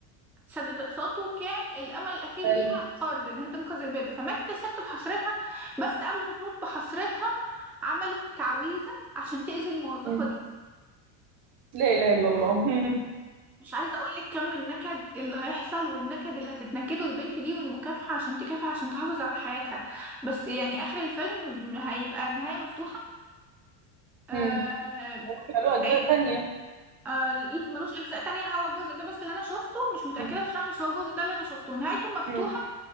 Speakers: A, in the centre; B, on the right.
A: تسدد اقساطه وكان الامل الاخير
B: حلو
A: ليها القرض ان هي تنقذ البيت ده. فماتت الست بحسرتها بس قبل ما تموت بحسرتها عملت تعويذة عشان تأذي الموظفة
B: أمم.
A: دي
B: لا اله الا الله أمم.
A: مش عايزه اقول لك كم النكد اللي هيحصل والنكد اللي هتتنكده البنت دي والمكافحه عشان تكافح عشان تحافظ على حياتها بس يعني اخر الفيلم هيبقى نهايه مفتوحه آه
B: أمم. ممكن له
A: لان
B: <laughs> اجزاء تانية
A: آه لا، ملوش اجزاء تانية هو الجزء ده بس اللي انا شفته مش متاكده
B: أمم.
A: بصراحه بس هو الجزء ده اللي انا شفته نهايته مفتوحه
B: أمم.